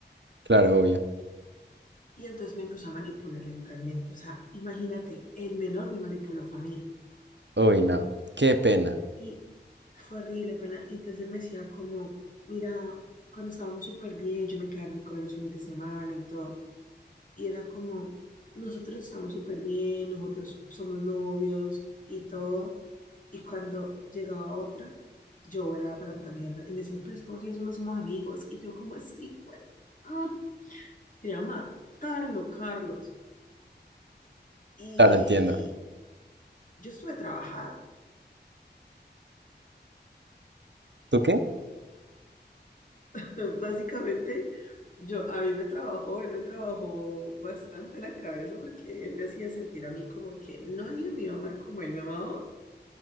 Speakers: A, on the right (about 80°); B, on the left (about 45°).
A: Claro, obvio.
B: Y entonces me empezó a manipular mentalmente. O sea, imagínate, el menor me manipuló fue a mí.
A: Uy, no. Qué pena.
B: Y fue horrible, pena. Y entonces él me decía como, mira, cuando estábamos súper bien, yo me quedaba a dormir con él los fines de semana y todo. Y era como, nosotros estamos súper bien, nosotros somos novios y todo. Y cuando llegaba otra, yo era para la puta mierda. Y me decía, pero es como si yo solo somos amigos. Y yo como, este güey, mm, quería matarlo, Carlos. Y
A: Claro, entiendo.
B: yo estuve trabajada.
A: ¿Tú qué?
B: <laughs> Básicamente, yo, a mí me trabajó, él me trabajó bastante la cabeza porque él me hacía sentir a mí como que nadie me iba a amar como él me amaba,